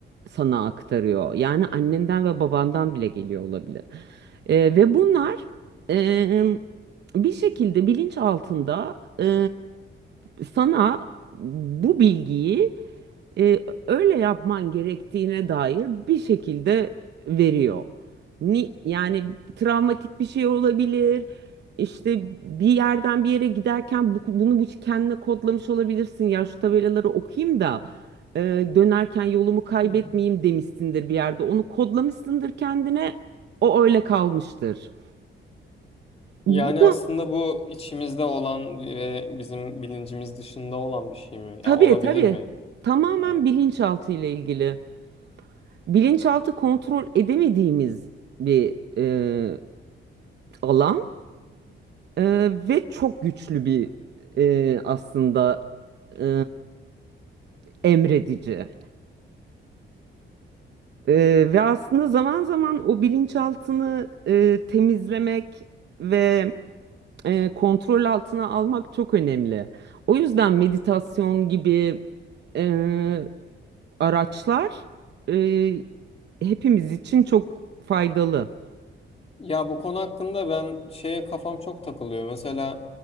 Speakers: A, on the right; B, on the left.
A: sana aktarıyor. Yani annenden ve babandan bile geliyor olabilir. Ee, ve bunlar e, bir şekilde bilinç altında e, sana bu bilgiyi e, öyle yapman gerektiğine dair bir şekilde veriyor. Ni, yani travmatik bir şey olabilir. İşte bir yerden bir yere giderken bu, bunu bu kendine kodlamış olabilirsin. Ya şu tabelaları okuyayım da e, dönerken yolumu kaybetmeyeyim
B: Hı.
A: demişsindir bir yerde. Onu kodlamışsındır kendine. O öyle kalmıştır. Bu
B: Yani
A: da
B: aslında bu içimizde olan ve bizim bilincimiz dışında olan bir şey mi?
A: tabii
B: Ya olabilir
A: tabii
B: mi?
A: tamamen
B: Ee,
A: bilinçaltı ile ilgili. Bilinçaltı kontrol edemediğimiz bir e, alan E, ve çok güçlü bir e, aslında e, emredici. Ee, ve aslında zaman zaman o bilinçaltını e, temizlemek ve e, kontrol altına almak çok önemli. O yüzden meditasyon gibi e, araçlar e, hepimiz için çok faydalı.
B: Ya bu konu hakkında ben şeye kafam çok takılıyor. Mesela